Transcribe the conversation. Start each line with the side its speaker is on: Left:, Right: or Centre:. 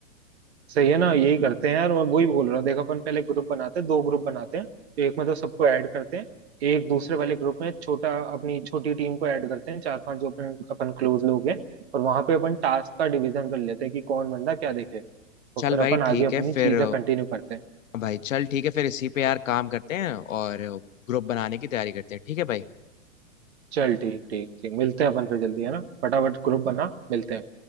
Right: सही है ना यही करते हैं यार मैं वही बोल रहा हूँ देख अपन पहले ग्रुप बनाते हैं दो ग्रुप बनाते हैं एक में तो सबको ऐड करते हैं एक दूसरे वाले ग्रुप में छोटा अपनी छोटी टीम को ऐड करते हैं चार पांच जो अपन अपन क्लोज लोग हैं और वहां पे अपन टास्क का डिवीजन कर लेते हैं कि कौन बंदा क्या देखे तो
Left: चल
Right: फिर
Left: भाई
Right: अपन आगे
Left: ठीक
Right: अपनी
Left: है फिर
Right: चीजें कंटिन्यू करते हैं
Left: भाई चल ठीक है फिर इसी पे यार काम करते हैं और ग्रुप बनाने की तैयारी करते हैं ठीक है भाई
Right: चल ठीक ठीक ठीक मिलते हैं अपन फिर जल्दी है ना फटाफट ग्रुप बना मिलते हैं